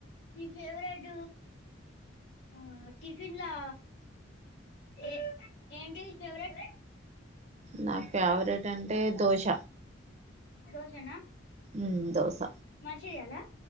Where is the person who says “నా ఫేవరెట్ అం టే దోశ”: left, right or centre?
Right